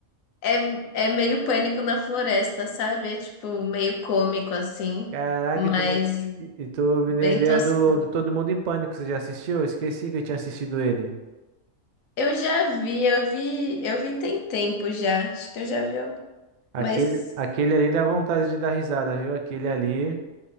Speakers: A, on the left; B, on the right.
A: é, é meio pânico na floresta, sabe? É tipo meio cômico, assim,
B: Caraca,
A: mas
B: e tu me, e e tu me
A: bem
B: deu a ideia
A: tosco.
B: do, do Todo Mundo em Pânico, você já assistiu? Eu esqueci que eu tinha assistido ele.
A: Eu já vi, eu vi, eu vi tem tempo já. Acho que eu já vi, al-
B: Aquele,
A: mas.
B: aquele ali dá vontade de dar risada, viu? Aquele ali.